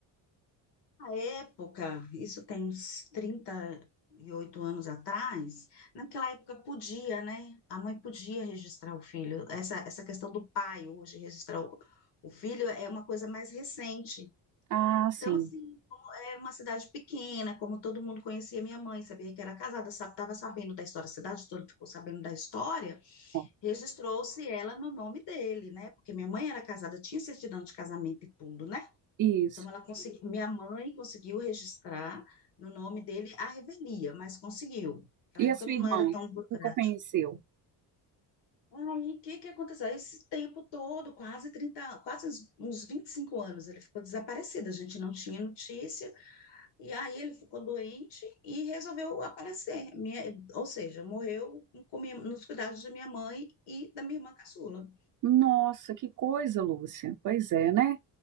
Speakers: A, on the left (about 70°); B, on the right (about 45°).
A: Na época, isso tem uns 38 anos atrás, naquela época podia, né? A mãe podia registrar o filho. Essa, essa questão do pai hoje registrar o, o filho é uma coisa mais recente.
B: Ah, sim,
A: Então, assim, como era uma cidade pequena, como todo mundo conhecia minha mãe, sabia que era casada, estava sabendo da história, a cidade toda ficou sabendo da história,
B: ó,
A: registrou-se ela no nome dele, né? Porque minha mãe era casada, tinha certidão de casamento e tudo, né?
B: isso.
A: Então, ela conseguiu, minha mãe conseguiu registrar no nome dele a revelia, mas conseguiu. Naquela
B: E a
A: época
B: sua
A: não
B: irmã
A: era tão burocrático.
B: nunca conheceu.
A: Aí, o que que aconteceu? Esse tempo todo, quase 30, quase uns uns 25 anos, ele ficou desaparecido, a gente não tinha notícia. E aí ele ficou doente e resolveu aparecer. Minha, ou seja, morreu com minha- nos cuidados de minha mãe e da minha irmã caçula.
B: Nossa, que coisa, Lúcia. Pois é, né?